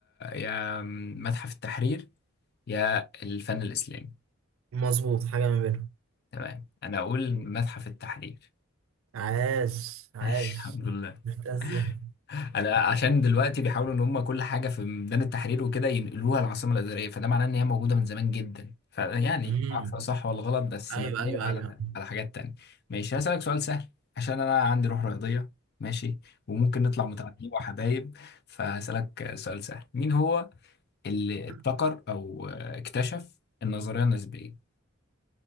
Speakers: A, on the left; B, on the right.
A: يا متحف التحرير يا الفن الاسلامي
B: مظبوط حاجة ما بينهم
A: تمام انا اقول متحف التحرير
B: عاش عاش
A: <laughs> الحمد لله
B: جبتها ازاي
A: انا عشان دلوقتي بيحاولوا ان هم كل حاجه في ميدان التحرير وكده ينقلوها العاصمه الاداريه فده معناه ان هي موجوده من زمان جدا فيعني
B: امم
A: ما اعرف صح ولا غلط بس
B: ايوه
A: مبنيه
B: ايوه
A: على
B: ايوه
A: على حاجات تانية ماشي هسألك سؤال سهل عشان انا عندي روح رياضيه ماشي وممكن نطلع متعادلين وحبايب فهسألك سؤال سهل مين هو اللي
B: <laughs>
A: ابتكر او اكتشف النظريه النسبيه